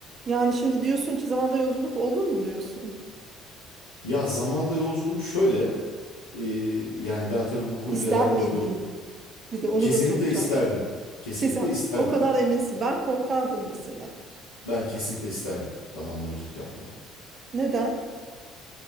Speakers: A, on the right; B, on the left.
A: Yani şimdi diyorsun ki zamanda yolculuk olur mu diyorsun?
B: Ya zamanda yolculuk şöyle, e, yani ben tabii bu konuyla
A: İster
B: alakalı
A: miydin?
B: böyle
A: Bir de onu
B: kesinlikle
A: da soracağım.
B: isterdim. Kesinlikle
A: Kesin
B: isterdim.
A: o kadar eminsin. Ben korkardım mesela.
B: Ben kesinlikle isterdim zamanla yolculuk yapmayı.
A: Neden?